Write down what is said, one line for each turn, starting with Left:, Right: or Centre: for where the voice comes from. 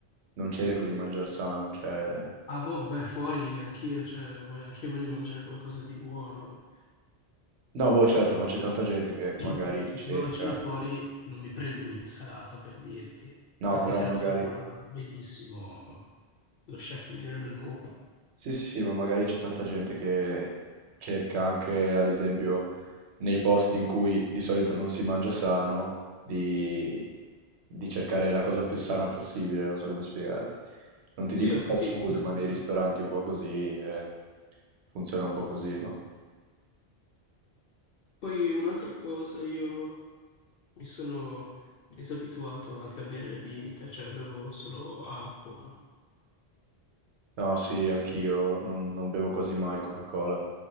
Right: non cerco di mangiare sano, cioè...
Left: Ah, boh, vabbè, fuori neanch'io, cioè, voglio, anch'io voglio mangiare qualcosa di buono.
Right: No, boh, certo, ma c'è tanta gente che
Left: Cioè,
Right: magari cerca.
Left: Se vado a cena fuori, non mi prendo un'insalata, per dirti,
Right: No,
Left: anche
Right: però
Left: se
Right: magari...
Left: la fa benissimo lo chef migliore del mondo.
Right: Sì, sì, sì, ma magari c'è tanta gente che cerca anche, ad esempio, nei posti in cui di solito non si mangia sano, di, di cercare la cosa più sana possibile, non so come spiegarti. Non ti
Left: Sì,
Right: dico
Left: ho
Right: fast
Left: capito
Right: food,
Left: cosa
Right: ma
Left: intendi.
Right: nei ristoranti un po' così, eh, funziona un po' così, no?
Left: Poi un'altra cosa, io Mi sono disabituato anche a bere le bibite, cioè bevo solo acqua,
Right: No, sì, anch'io non, non bevo quasi mai Coca-Cola.